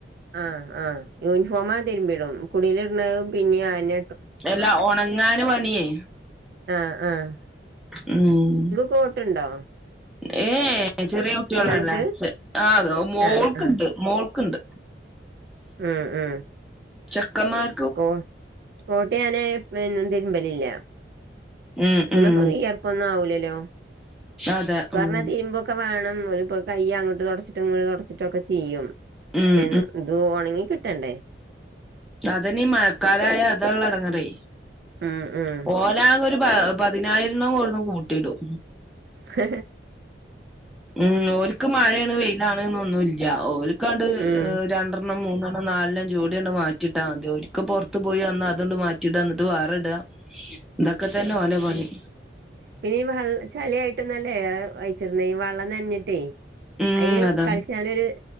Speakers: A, on the right; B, in the centre.
A: ആഹ് ആഹ് യൂണിഫോമാ തിര്മ്പിടും കുടിൽ ഇട്ണ പിന്നിം ആഞ്ഞ
B: എല്ലാ ഒണങ്ങാന് പണിയേ
A: ആഹ് ആഹ്
B: ഉം
A: കോട്ട്ണ്ടോ
B: ഏഹ് ഏഹ് ചെറിയ കുട്ടികളല്ലേ
A: അനക്ക്
B: ചെ ആഹ് മോൾക്ക്ണ്ട്
A: ആ ആ
B: മോൾക്ക്ണ്ട്
A: ഉം ഉം
B: ചെക്കൻമാർ
A: കോ കോട്ട് ഞാന് പിന്ന തിര്മ്പലില്ല
B: ഉം
A: അയ്മപ്പ
B: ഉം
A: വിയർപ്പൊന്നും ആവൂലലോ
B: അതെ
A: ക്കർഞ്ഞ
B: ഉം
A: തിരുമ്പൊ ക്ക വേണം കയ്യ് അങ്ങ്ട്ട് തൊട്ച്ചിട്ടും ഇങ്ങ്ട്ട് തൊട്ച്ചിട്ടൊക്ക ചിയ്യും
B: ഉം
A: ചെ ഇത് ഒണങ്ങി കിട്ടണ്ടെ
B: അതെന്നി മഴക്കാലായ അതാള്ള എടങ്ങേറെ
A: ഉം ഉം
B: പോലാണെ ഒരു പതിനായിര്ണം കൊടുന്ന് കൂട്ടിടും
A: ഹ
B: ഉം ഓല്ക്ക് മഴയാണ് വെയിലാണ്ന്നൊന്നുല്ല ഓൽക്കണ്ട്
A: ഉം
B: ഏഹ് രണ്ട ണം മൂന്നെണ്ണം നാലെണ്ണം ജോടിയണ്ട് മാറ്റിട്ടാ മതി ഒര്ക്ക് പൊറ്ത്തു പോയി വന്നാ അതണ്ട് മാറ്റിടാ ഇന്നിട്ട് വേറെ ഇട ഇതൊക്കെ തന്ന ഓല പണി
A: പിന്നെ ഈ വ ചളിയായിട്ടൊന്നല്ല ഏറെ അയിച്ചിട്ണെ ഈ വെള്ളം നൻഞ്ഞിട്ടെ
B: ഉം
A: അയിന്
B: അതാണ്
A: കളിച്ചാനൊരു